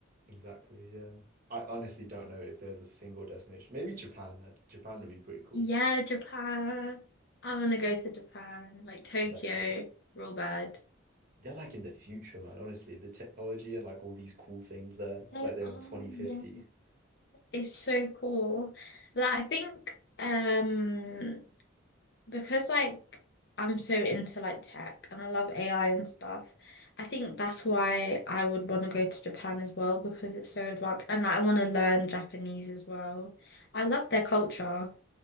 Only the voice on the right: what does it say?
Exactly, yeah. I honestly don't know if there's a single destination. Maybe Japan. Uh, Japan would be pretty cool.
Exactly.
They're like in the future, man. Honestly, the technology and like all these cool things there. It's
like they're
in 2050.